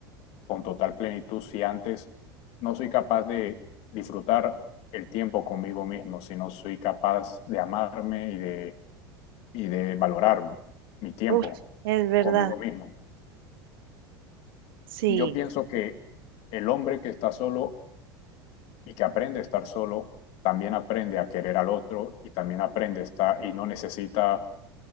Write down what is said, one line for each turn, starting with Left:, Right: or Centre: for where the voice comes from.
Left: con total plenitud si antes no soy capaz de disfrutar el tiempo conmigo mismo, si no soy capaz de amarme y de, y de valorar mi tiempo
Right: uf, Es verdad,
Left: conmigo mismo.
Right: sí,
Left: Yo pienso que el hombre que está solo y que aprende a estar solo, también aprende a querer al otro y también aprende a estar y no necesita